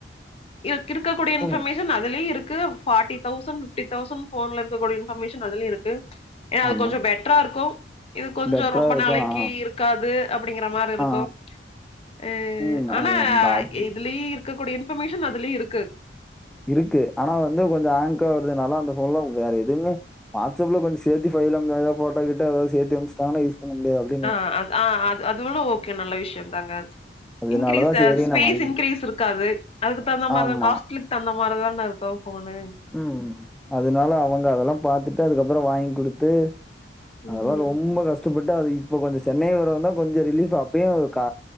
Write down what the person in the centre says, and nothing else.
ம்.
ஆமா.
பெட்டரா
இருக்கும்.
ஆ.
ஆ.
ம்.
அது அந்த அது
இருக்கு அனா வந்து கொஞ்சோ ஆங்க்காவருதுனால அந்த போன்லா வேற எதுமே வாடஸ் அப்ல கொஞ்சோ சேத்தி பைல் அனு <unintelligible> எதோ போட்டோ கீட்டோ எதாவது சேத்தி அனுப்ச்ட்டாங்கன்னா யூஸ் பண்ண முடியாது <unintelligible>
அதனால
தான்
சரி
நான் ம். வாங்கி
ஆமா.
ம் அதனாலா அவங்க அதல்லா பாத்துட்டு அதுக்கப்பறோ வாங்கி குடுத்து அதல்லா
ரொம்ப கஷ்ட்டப்பட்டு அது இப்ப கொஞ்சோ சென்னை வரவுந்தா கொஞ்ச ரிலீஃப் அப்பயு கா